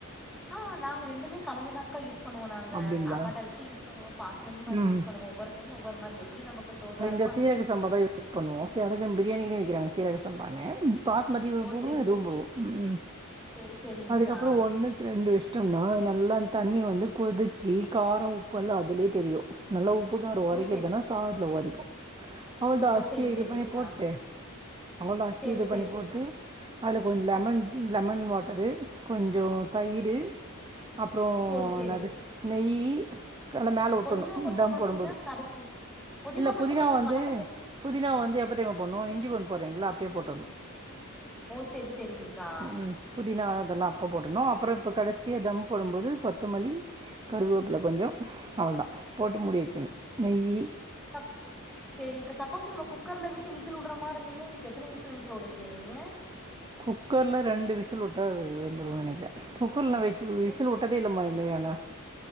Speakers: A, in the centre; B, on the right.
A: ஆ நாங்க ரெண்டுமே கலந்துதான்க்கா யூஸ் பண்ணுவோ நாங்க
B: அப்டிங்களா
A: சாப்பாடு அரிசியு யூஸ் பண்ணுவோ பாஸ்மதி வாங்கியு
B: ம்
A: யூஸ் பண்ணுவோ ஒவ்வரு டைம் ஒவ்வொரு மாரி எப்டி நமக்கு தோதா இரு
B: இந்த சீரக சம்பா தா யூஸ் பண்ணுவோ சேர் அதுக்குன் பிரியாணிக்குனே வைக்கறாங்க சீரக சம்பானு பாஸ் மதியு
A: ஓ
B: போடுவோ
A: சேரி
B: இதுவு
A: சேரி
B: போடு ம் ம்
A: சேரி சேரிங்க்கா
B: அதுக்கப்புறோ ஒண்ணு ரெண்டு இஷ்டம்னா நல்லா தண்ணி வந்து கொதிச்சு காரம் உப்பல்லா அதுலே தெரியு நல்லா உப்புகாரோ‌
A: ஓ
B: உரைக்கதுன்னா
A: சேரி
B: சாதத்துல உதைக்கு அவுள்தா
A: ஓ
B: அரிசிய
A: சேரி
B: இது
A: சேரிங்க்கா
B: பண்ணி போட்டு அவ்ளோதா அரிசி
A: சேரி
B: இது
A: சேரிங்க்கா
B: பண்ணி போட்டு அதுல கொஞ்சோ‌ லெமன் லெமன் வாட்டரு கொஞ்சோத‌ தயிரு அப்புறோ
A: சேரி சேரிங்
B: என்னது நெய்யி கல ஆ மேல உட்டணும்
A: புதினா கொத்தமல்லி
B: தம் போடும்போது
A: எல்லா கடைசி புதினா
B: இல்ல
A: கொத்தமல்லி
B: புதினாவ வந்து
A: வணக்கம் பேச
B: புதினாவ வந்து எப்ப தெர்மா போணு இஞ்சி பூண்டு போட்றீங்களா அப்பே போட்றணு
A: ஓ சேரி சேரிங்க்கா
B: ம் புதினா அதெல்லா அப்ப போடணு அப்புறோ இப்போ கடைசியா தம் போடும்போது கொத்தமல்லி கருவேப்பில் கொஞ்சோ அவ்ள் தா போட்டு மூடி வச்சணு நெய்யி
A: தப் சேரிங்க்கா சப்போஸ் நம்ம குக்கர்ல விட்டு விசில் உடுற மார்ந்தீங்கன்னா இதுக்கு எத்தன விசிலுங்க்கா உடுவீங்க நீங்க
B: குக்கர்ல ரெண்டு விசில் உட்டா வெந்துரு நனைக்கற குக்கர்ள்ல்லா வச்சு விசில்
A: ரெண்
B: உட்டதே இல்ல இது மாரி நாங்க